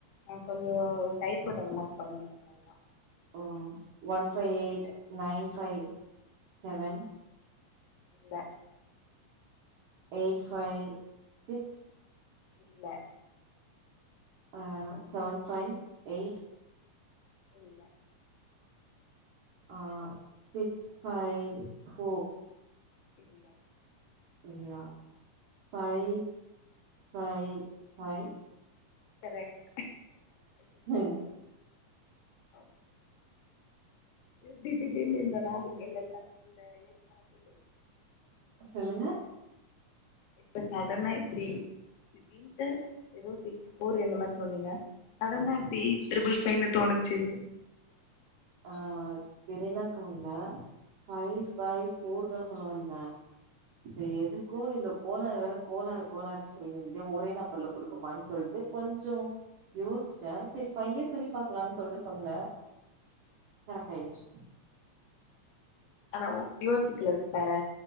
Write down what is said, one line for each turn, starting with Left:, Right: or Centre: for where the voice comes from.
Left: நா கொஞ்சோ டைப்பத நமாஸ் பண்ணுவ அவ்ல்தா
Right: ம் one five eight nine five seven
Left: இல்ல
Right: எயிட் ஃவை சிக்ஸ்
Left: இல்ல
Right: ஆ செவன் ஃபைவ் எயிட்
Left: இல்ல
Right: ஆ சிக்ஸ் ஃபைவ் ஃபோர்
Left: இல்ல
Right: இல்லயா ஃபை ஃபை ஃபை
Left: கரெக்ட்
Right: ம்
Left: ஆ எப்டி திடீர்னு இந்த நாபகோ இந்த தந்த யோசன வந்தது
Right: சொல்லுங்க
Left: இப்ப சடனா எப்பிடி இப்பிடின்டு எதோ சிக்ஸ் போர் என்ன மாரி சொன்னீங்க சடனா எப்பிடி டிரிபில் ஃபைனு தோணுச்சு
Right: ஆ தீடிர்னா தோணுல ஆ ஃபை ஃபை ஃபோர்தா சொல்லவந்தே செரி எதுக்கு இந்த கோலாறு வேற கோலாறு கோலாருன்னு சொல்லங்கே ஒரே நம்பர்ல குடுக்குமான்னு சொல்ட்டு கொஞ்சு யோஸ்ச்சே செரி ஃபையே சொல்லி பாக்கலான்னு சொல்ட்டு சொன்னுனே கரெட்டாயிச்சு
Left: அனவ்வு யோசிக்கல பாரே